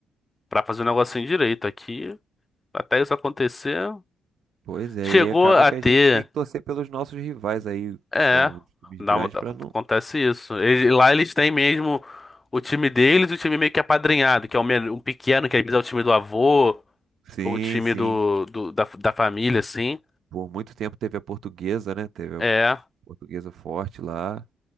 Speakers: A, on the left; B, on the right.
A: pra fazer um negocinho direito aqui, até isso acontecer,
B: Pois é,
A: chegou
B: e aí acaba
A: a
B: que
A: ter.
B: a gente tem que torcer pelos nossos rivais aí,
A: É,
B: que são os times
A: dá-
B: grandes,
A: um, acontece
B: para não
A: isso. Ele- lá eles têm mesmo o time deles e o time meio que apadrinhado, que é o, men- o pequeno, que às vezes é o time do avô,
B: Sim,
A: ou o time
B: sim.
A: do, do- da, da família, assim.
B: Por muito tempo teve a portuguesa, né? Teve a
A: É.
B: portuguesa forte lá.